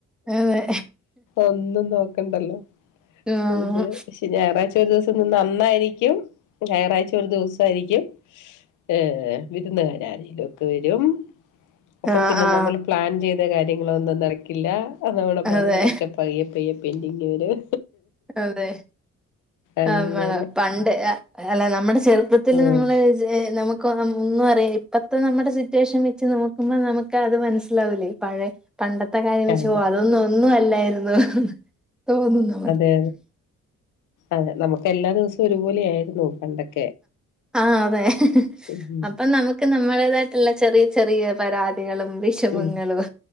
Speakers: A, in the centre; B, on the left.
A: അതെ
B: ഒന്നും നോക്കണ്ടല്ലൊ
A: ഉം.
B: ഇതുപക്ഷെ ഞായറാഴ്ചയൊരു ദിവസം നിന്നാലന്നായിരിക്കും ഞായറാഴ്ച്ച ഒരു ദിവസമായിരിക്കും ഏഹ്.. വിരുന്നുകാര് ആരേലുമൊക്കെ വരും. അപ്പൊ
A: ആ
B: പിന്നെ
A: ആ
B: നമ്മളു പ്ലാൻചെയ്തകാര്യങ്ങളൊന്നും നടക്കില്ല. നമ്മുടെ പണികളൊക്കെ
A: അതെ
B: പയ്യെപ്പയ്യെ പെന്റിങ്ങ് വരും
A: അതെ,
B: അങ്ങനെ
A: നമ്മള് പണ്ട് അല്ല നമ്മുടെ ചെറുപ്പത്തിൽ
B: ഉം.
A: നമ്മള് നമുക്കൊന്നും അറിയാം, ഇപ്പളത്തെ നമ്മുടെ സിറ്റുവേഷൻ വെച്ചുനോക്കുമ്പോൾ നമുക്കതുമനസ്സിലാവില്ലേ പഴയ പണ്ടത്തെകാര്യം
B: അതെ
A: വെച്ചു, അതൊന്നും ഒന്നുമല്ലായിരുന്നു, തോന്നുന്നു
B: അതെ, അതെ നമുക്കെല്ലാ ദിവസവും ഒരുപോലെ ആയിരുന്നു പണ്ടൊക്കെ
A: ആഹ്, അതെ
B: ഉം
A: അപ്പം നമു നമുക്കു, നമ്മുടേതായിട്ടുള്ള ചെറിയ ചെറിയ പരാതികളുംവിഷമങ്ങളും
B: ഉം